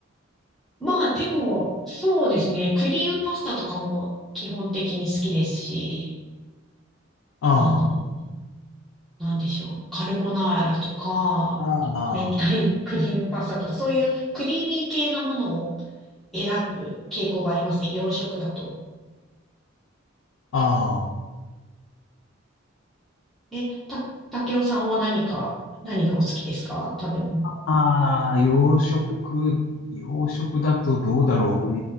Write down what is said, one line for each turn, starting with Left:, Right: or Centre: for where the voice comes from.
Centre: まあ、でも、そうですね。クリームパスタとかも基本的に好きですし、
Left: ああ、
Centre: あの、なんでしょう。カルボナーラとか、
Left: ああ、
Centre: 明太クリームパスタとか、そういうクリーミー系なものを選ぶ傾向がありますね。洋食だと。
Left: あ
Centre: え、た、竹雄さんは何か、何がお好きですか食べ物。
Left: あ、ああ、洋食、洋食だとどうだろうう